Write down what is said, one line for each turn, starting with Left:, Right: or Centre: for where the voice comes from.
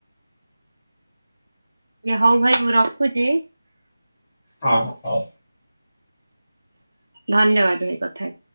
Right: ଆଜ୍ଞା ହଉ ଭାଇ ମୁଁ ରଖୁଚି।
Left: ହଁ ହ ହଉ।
Right: ଧନ୍ୟବାଦ ଭାଇ ଥାଇ